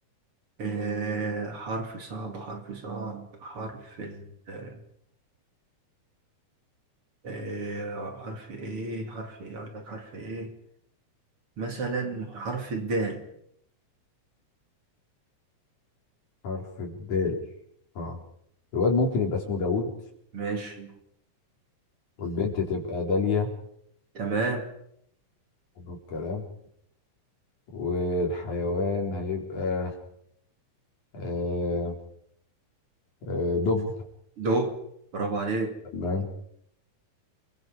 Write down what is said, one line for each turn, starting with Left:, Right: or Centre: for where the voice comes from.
Right: إيه حرف صعب حرف صعب حرف ال إيه حرف ايه حرف ايه اقول لك حرف ايه مثلا حرف الدال
Left: حرف الدال اه الواد ممكن يبقى اسمه داوود
Right: ماشي
Left: والبنت تبقى داليا
Right: تمام
Left: حلو الكلام والحيوان هيبقى آه، آه، دب
Right: دو برافو عليك
Left: تمام